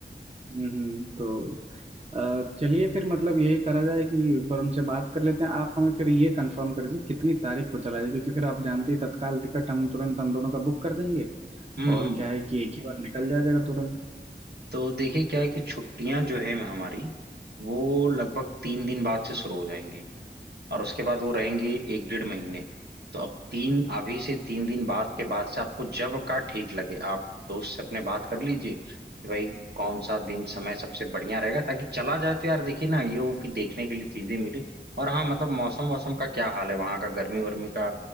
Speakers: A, on the right; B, on the right.
A: हम्म तो अ, चलिए फिर मतलब यही करा जाए कि एक बार उनसे बात कर लेते हैं आप हमें फिर ये कंफर्म कर दीजिए कितनी तारीख को चला जाए क्योंकि फिर आप जानते हैं तत्काल टिकट हम तुरंत हम दोनों का बुक कर देंगे
B: हम्म
A: और
B: हम्म।
A: क्या है कि एक ही बार निकल जाया जाएगा तुरंत
B: तो देखिए क्या है कि छुट्टियां जो है हमारी वो लगभग तीन दिन बाद से शुरू हो जाएंगी और उसके बाद वो रहेंगी एक डेढ़ महीने तो अब तीन अभी से तीन दिन बाद के बाद से आपको जब का ठीक लगे आप दोस्त से अपने बात कर लीजिए कि भाई कौन सा दिन समय सबसे बढ़िया रहेगा ताकि चला जाए तो यार देखिए ना ये हो कि देखने के लिए चीजें मिले और हाँ मतलब मौसम मौसम का क्या हाल है वहां का गर्मी वर्मी का